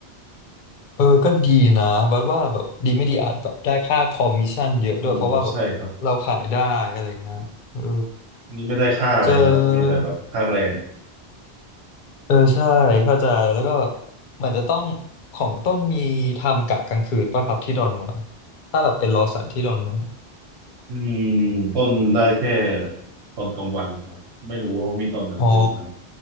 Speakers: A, on the left; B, on the right.
A: เออก็ดีนะบัดว่าแบบดีไม่ดีอาจแบบได้ค่าคอมมิชชั่นเยอะด้วยเพราะว่าแบบเราขายได้อะไรเงี้ย
B: โอ้ใช่ครับ
A: เออ
B: นี่ไม่ได้ค่าอะไรครับมีแต่แบบค่าแรง
A: เจอเออใช่เข้าใจแล้วก็แบบเหมือนจะต้องของต้นมีทำกะกลางคืนป่ะครับที่ดอนเมืองถ้าแบบเป็นลอสันที่ดอนเมือง
B: อืมต้นได้แค่ตอนกลางวันครับไม่รู้ว่ามีตอนกลางคืนไหม
A: อ๋อ